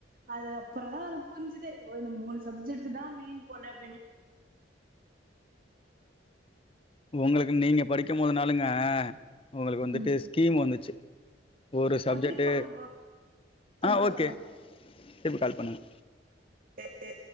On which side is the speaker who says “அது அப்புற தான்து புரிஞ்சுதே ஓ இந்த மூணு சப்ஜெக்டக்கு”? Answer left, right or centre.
Right